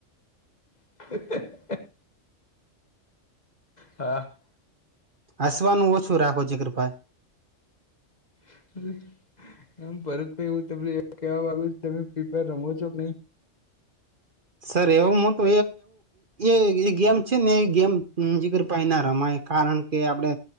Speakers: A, on the left (about 35°); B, on the right (about 45°).
A: <inaudible> હા
B: હસવાનું ઓછું રાખો જીગર ભાઈ
A: <inaudible> એમ ભરત ભાઈ એવું ત કેવા વાગુ તમે ફ્રી ફાયર રમો છો કે નહી
B: સર એવું મોટુ એ ગેમ છે ને એ ગેમ જીગરભાઈ ના રમાય કારણ કે કે આપડે